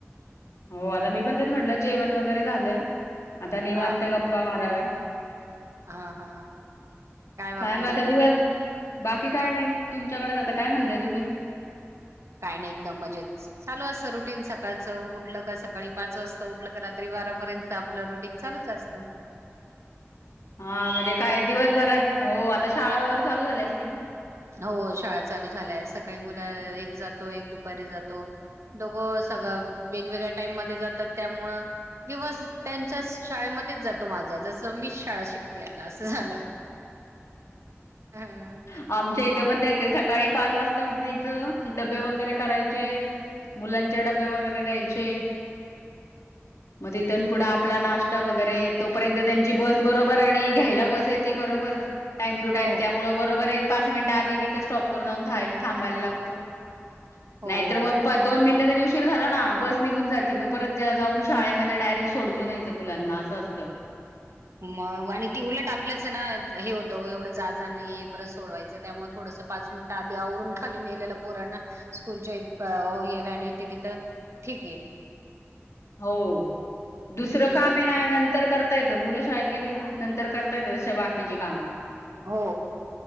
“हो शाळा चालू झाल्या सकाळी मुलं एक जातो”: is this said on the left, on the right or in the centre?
Right